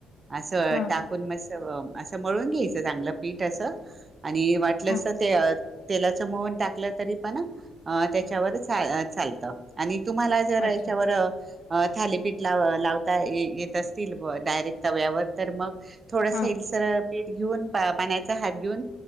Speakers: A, on the right; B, on the left.
A: असं
B: हां,
A: टाकून मस् असं मळून घ्यायचं चांगलं पीठ असं. आणि वाटलं
B: हां.
A: अस ते तेलाचं मोहन टाकलं तरी पण अ त्याच्यावर चा चालतं आणि तुम्हाला जर याच्यावर
B: अच्छा.
A: थालीपीठ ला लावता ये येत असतील ब डायरेक्ट तव्यावर तर मग. थोडस
B: हां,
A: एक सर पीठ घेऊन. पाण्याचा हात घेऊन,